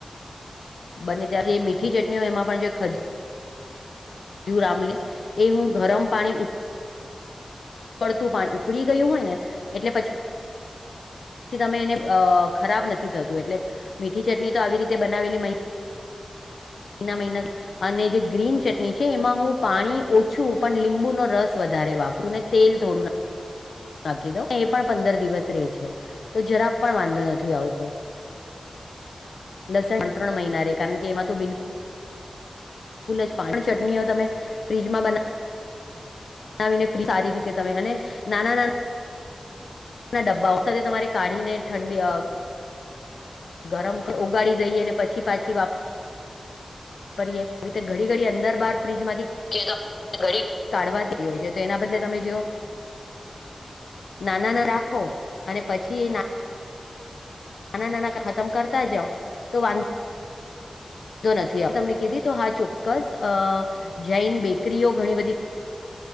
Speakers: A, on the left; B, on the left.
A: બને ત્યાં જે મીઠી ચટણીઓ એમાં પણ જે ખજ ખજુર આમલી એ હું ગરમ પાણી પડતું પાણી ઉકળી ગયું હોય ને એટલે પછી. તમે એને અ ખરાબ નથી થતું એટલે મીઠી ચટણી તો આવી રીતે બનાવેલી મહી મહિના મહિના અને જે ગ્રીન ચટણી છે એમાં હું પાણી ઓછું પણ લીંબુનો રસ વધારે વાપરું ને તેલ થોડું ના નાખી દઉં એ પણ પંદર દિવસ રહે છે. તો જરાબ પણ વાંધો નથી આવતો. લસણ ત્રણ ત્રણ મહિના કારણ કે એમાં તો બિલકુ ભૂલે પા ચટણીઓ તમે ફ્રીજમાં બના નાવી ને ફ્રી સારી રીતે તમે નાના નાના
B: <inaudible>
A: ના ડબ્બા સાથે તમારે કાઢી ને ઠંડી ગરમ ઓગાળી દઈએને પછી પાછી વાપ કરીએ એ ઘડી ઘડી અંદર બાર ફ્રીજ માંથી
B: કે તો ઘડી
A: કાઢવાતી હોય છે તો એના બદલે તમે જો નાના ના રાખો અને પછી નાના નાના ખતમ કરતા જાવ તો વાંધો તો નથી તમને કીધી તો હા ચોક્કસ અ જૈન બેકરીઓ ઘણી બધી